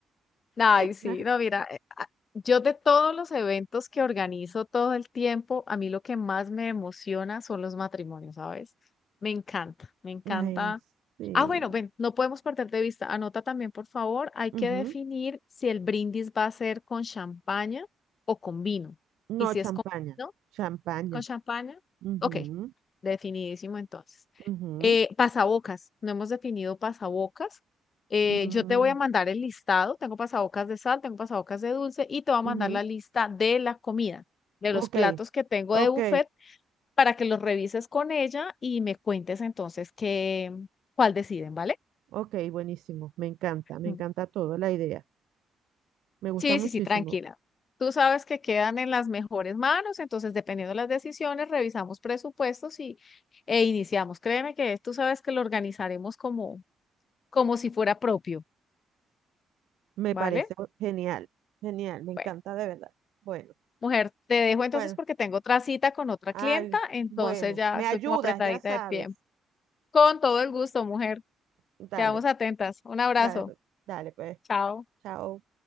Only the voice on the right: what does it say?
<laughs>
Ay, sí.
Ujú.
No,
champaña.
Champaña.
Ujú,
ujú,
mm,
ujú.
Ok,
ok,
ok, buenísimo. Me encanta, me
encanta todo, la idea. Me gusta
muchísimo.
Me
parece genial, genial, me encanta
de verdad. Bueno,
bueno,
ay,
bueno,
me
ayudas,
ya sabes.
Dale,
dale, pues, dale, pues.
Chao.